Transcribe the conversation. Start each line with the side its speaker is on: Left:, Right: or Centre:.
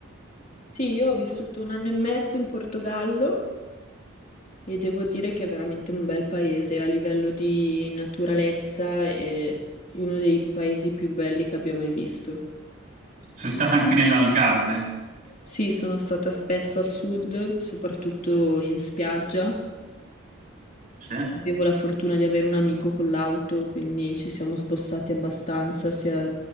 Left: Sì, io ho vissuto un anno e mezzo in Portogallo e devo dire che è veramente un bel paese a livello di naturalezza è uno dei paesi più belli che abbia mai visto.
Right: Sei stata anche nell'Algarve?
Left: Sì, sono stata spesso a sud, soprattutto in spiaggia.
Right: Sì.
Left: Avevo la fortuna di avere un amico con l'auto, quindi ci siamo spostati abbastanza sia